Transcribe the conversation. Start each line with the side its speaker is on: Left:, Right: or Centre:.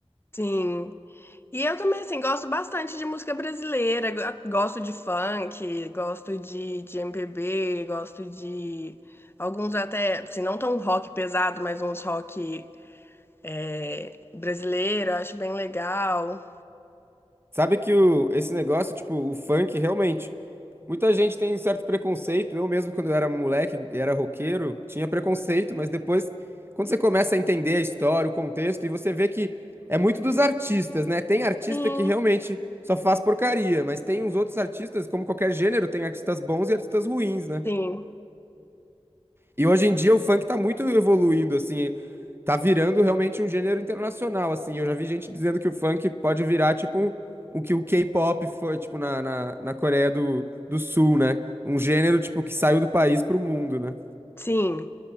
Left: Sim. E eu também, assim, gosto bastante de música brasileira, go- gosto de funk, gosto de, de MPB, gosto de alguns até, assim, não tão rock pesado, mas uns rock é, brasileiro, eu acho bem legal.
Right: Sabe que o, esse negócio, tipo, o funk, realmente. Muita gente tem um certo preconceito. Eu mesmo, quando eu era moleque e era roqueiro, tinha preconceito, mas depois, quando você começa a entender a história, o contexto, e você vê que é muito dos artistas, né? Tem artista
Left: Sim,
Right: que realmente só faz porcaria, mas tem uns outros artistas, como qualquer gênero, tem artistas bons e artistas ruins, né?
Left: sim,
Right: E hoje em dia o funk tá muito evoluindo, assim, tá virando realmente um gênero internacional, assim. Eu já vi gente dizendo que o funk pode virar, tipo, um- o que o K-pop foi, tipo, na, na, na Coreia do, do Sul, né? Um gênero, tipo, que saiu do país pro mundo, né?
Left: sim.